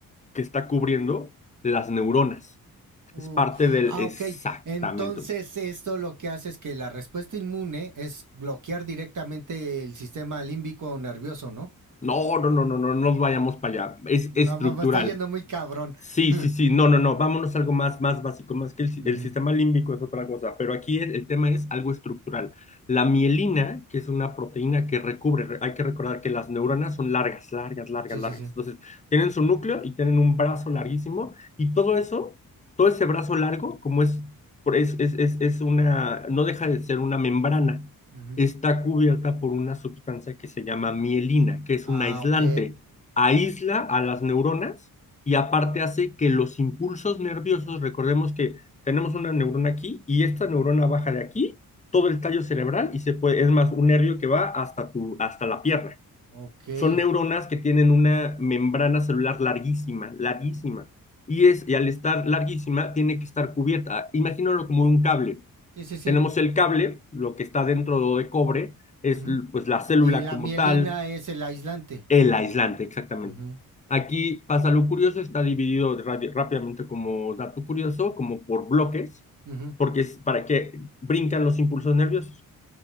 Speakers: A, on the left; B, on the right.
A: que está cubriendo las neuronas.
B: Uh,
A: Es parte del,
B: ah,
A: exactamente.
B: ok. Entonces, esto lo que hace es que la respuesta inmune es bloquear directamente el sistema límbico o nervioso, ¿no?
A: No, no, no, no, no no nos vayamos para allá. Es estructural.
B: No, mamá, está yendo muy cabrón.
A: Sí,
B: <laughs>
A: sí, sí, no, no, no, vámonos a algo más, más básico, más que el, si-
B: Ujú.
A: el sistema límbico es otra cosa, pero aquí el, el tema es algo estructural. La mielina, que es una proteína que recubre, re- hay que recordar que las neuronas son largas, largas, largas,
B: Sí,
A: largas.
B: sí, sí.
A: Entonces, tienen su núcleo y tienen un brazo larguísimo y todo eso, todo ese brazo largo, como es, por- es, es, es, es una, no deja de ser una membrana,
B: Ujú.
A: está cubierta por una sustancia que se llama mielina, que es
B: Ah,
A: un aislante,
B: ok.
A: aísla a las neuronas y aparte hace que los impulsos nerviosos, recordemos que tenemos una neurona aquí y esta neurona baja de aquí, todo el tallo cerebral y se puede, es más, un nervio que va hasta, tu, hasta la pierna.
B: Ok. Sí,
A: Son neuronas que tienen una membrana celular larguísima, larguísima. Y, es, y al estar larguísima, tiene que estar cubierta. Imagínalo como un cable.
B: sí, sí.
A: Tenemos el cable, lo que está dentro de cobre, es
B: Ujú.
A: pues la célula
B: Y la
A: como
B: mielina
A: tal,
B: es el aislante.
A: el aislante, exactamente.
B: Ujú,
A: Aquí pasa lo curioso, está dividido radi- rápidamente como dato curioso, como por bloques,
B: ujú,
A: porque es para que brincan los impulsos nerviosos.